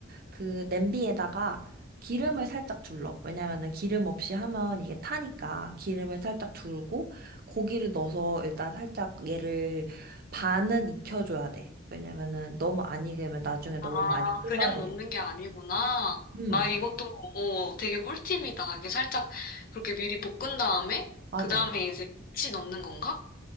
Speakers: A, on the right (about 45°); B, on the left (about 45°).
A: 그 냄비에다가 기름을 살짝 둘러. 왜냐면은 기름 없이 하면 이게 타니까 기름을 살짝 두르고 고기를 넣어서 일단 살짝 얘를 반은 익혀줘야 돼. 왜냐면은 너무 안 익으면 나중에 너무
B: 아,
A: 많이 끓여야
B: 그냥
A: 되겠다.
B: 넣는 게 아니구나.
A: 음,
B: 나 이것도, 어, 되게 꿀팁이다. 이게 살짝 그렇게 미리 볶은 다음에,
A: 맞아.
B: 그 다음에 이제 김치 넣는 건가?